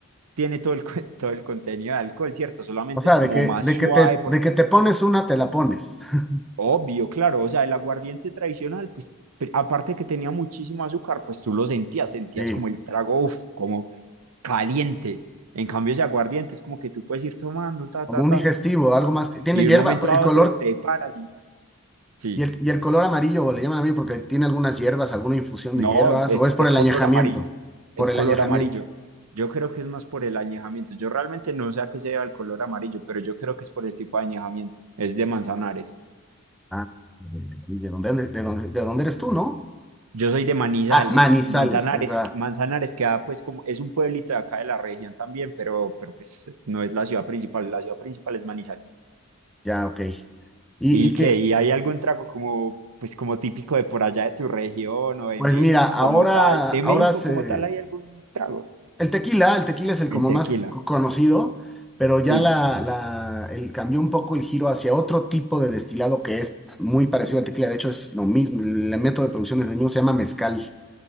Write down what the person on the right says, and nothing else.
tiene todo el, co- <laughs> todo el contenido de alcohol, ¿cierto? Solamente
es como
más
suave
porque
Obvio, claro, o sea, el aguardiente tradicional, pues pe- aparte de que tenía muchísimo azúcar, pues tú lo sentías, sentías
como el trago, uf, como caliente. En cambio, ese aguardiente es como que tú puedes ir tomando, ta,
ta,
ta,
y
de un momento a
otro te paras y sí,
no,
es,
es
color
amarillo,
es
color
amarillo. Yo creo que es más por el añejamiento. Yo realmente no sé a qué se debe el color amarillo, pero yo creo que es por el tipo de añejamiento. Es de Manzanares.
Yo soy de Manizales,
Manzanares,
Manzanares queda pues como, es un pueblito de acá de la región también, pero, pero pues no es la ciudad principal, la ciudad principal es Manizales.
¿Y
qué? ¿Y hay algún trago como, pues como típico de por allá de tu región o de
México
como tal? ¿De
México
como tal hay algún trago?
El tequila,
sí.